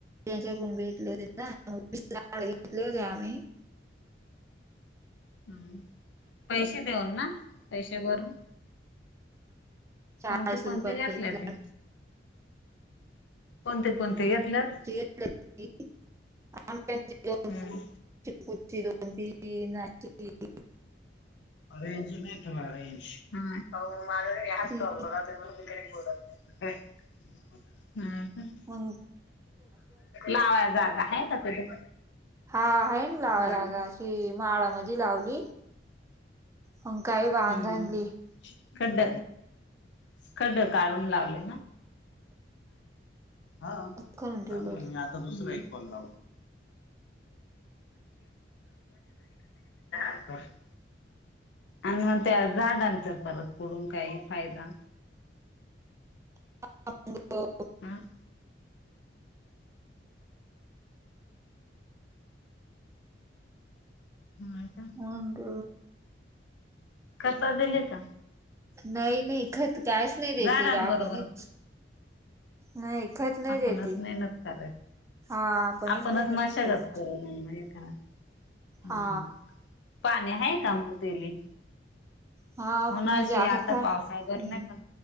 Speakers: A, on the right; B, on the left.
A: त्याच्याकडून भेटले होतेत ना मग वीस लाख घेतले होते आम्ही.
B: हम् पैसे देऊन ना, पैसे भरून.
A: चाळीस
B: कोणते कोणते
A: रुपयाला
B: घातले
A: एक
B: होते? कोणते कोणते घेतल्यात?
A: <unintelligible> म्हणजे
B: हम्म
A: कुटची दोन बी ना <unintelligible>
B: अरेंजमेट अरेंज माझ ही हाच
A: ती
B: प्रॉब्लम आहे म्हणून मी बोलत हम हं.
A: कोन
B: लावाय जागा हाय का तिथे?
A: हां आहे ना
B: हम्म
A: लावाय जागा अशी माळा मध्ये लावली. हं काय बांध
B: हम्म
A: आणली
B: खड्ड, खड्ड काढून लावले. हां.
A: करून ठेवलं
B: हुं
A: होत.
B: हुं. <unintelligible> आणि मग त्या झाडांचा परत पडून काही फायदा
A: <unintelligible>
B: हम. व्हय का
A: हां ग
B: कस दिलीत?
A: नाही नाही खत काहीच नाही देेते
B: झाडांबरोबर
A: आपणच नाही खत नाही
B: आपणच
A: देती.
B: मेहनत करायची.
A: हा
B: आपणच
A: मेहनत
B: मशागत
A: करायची
B: करून हम्
A: हा
B: पाणी आहे का मग तेली?
A: हा
B: होना
A: म्हणजे
B: अशी
A: असं
B: आता
A: का
B: पावसाळाभर
A: हम्म.
B: नाही पण